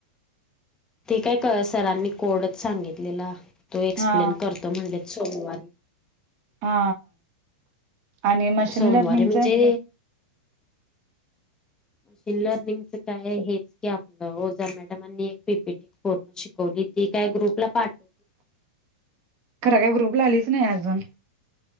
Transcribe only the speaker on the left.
ते काय क सरांनी कोडच सांगितलेला तो एक्सप्लेन
करत त म्हणले सोमवारी
सोमवारी
म्हणजे मशीन लर्निंगचं काय हेच की आपलं ओझा मॅडम आणि एक पीपीटी पूर्ण शिकवली ती काय ग्रुपला पाठव